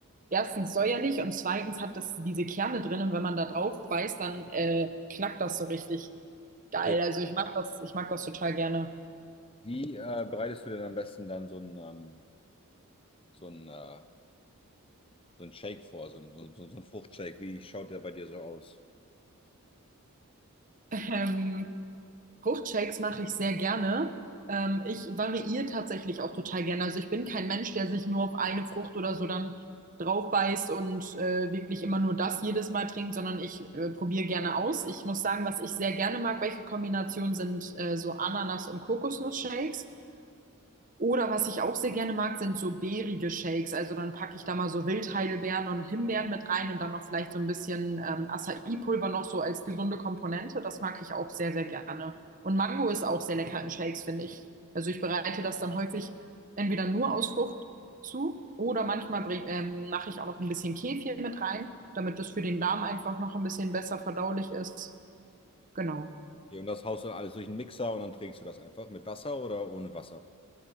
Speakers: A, on the right; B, on the left.
A: erstens säuerlich und zweitens hat das diese Kerne drin. Und wenn man da drauf beißt, dann äh, knackt das so richtig geil.
B: Okay,
A: Also ich mag das, ich mag das total gerne.
B: wie äh, bereitest du denn am besten dann so ein, ähm, so ein, äh, so ein Shake vor, so ein, so, so so ein Fruchtshake? Wie schaut der bei dir so aus?
A: <laughs> Ähm, Fruchtshakes mache ich sehr gerne. Ähm, ich variiere tatsächlich auch total gerne. Also ich bin kein Mensch, der sich nur auf eine Frucht oder so dann drauf beißt und äh, wirklich immer nur das jedes Mal trinkt, sondern ich äh, probiere gerne aus. Ich muss sagen, was ich sehr gerne mag, welche Kombinationen sind äh, so Ananas- und Kokosnuss-Shakes. Oder was ich auch sehr gerne mag, sind so beerige Shakes. Also dann packe ich da mal so Wildheidelbeeren und Himbeeren mit rein und dann noch vielleicht so ein bisschen ähm, Acai-Pulver noch so als gesunde Komponente. Das mag ich auch sehr, sehr gerne. Und Mango ist auch sehr lecker in Shakes, finde ich. Also ich bereite das dann häufig entweder nur aus Frucht zu oder manchmal bring, ähm, mache ich auch noch ein bisschen Kefir mit rein, damit das für den Darm einfach noch ein bisschen besser verdaulich ist. Genau.
B: Hier, und das haust du dann alles durch den Mixer und dann trinkst du das einfach mit Wasser oder ohne Wasser?